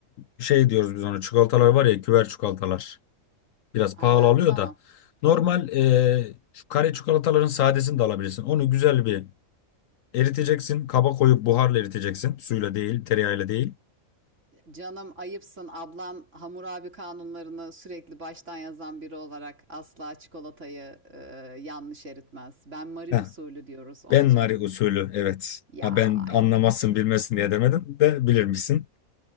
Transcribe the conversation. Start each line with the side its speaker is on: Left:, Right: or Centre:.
Left: şey diyoruz biz ona çikolatalar var ya küver çikolatalar. Biraz
Right: Aha
Left: pahalı oluyor
Right: tamam.
Left: da. Normal e, şu kare çikolataların sadesini de alabilirsin. Onu güzel bir eriteceksin. Kaba koyup buharla eriteceksin. Suyla değil, tereyağıyla değil.
Right: Canım ayıpsın ablan Hammurabi kanunlarını sürekli baştan yazan biri olarak asla çikolatayı e, yanlış eritmez. Ben Marie
Left: Heh,
Right: usulü diyoruz ona
Left: ben
Right: canım.
Left: Mari usulü evet.
Right: Ya
Left: Ha, ben anlamazsın
Right: evet.
Left: bilmesin diye demedim de bilirmişsin.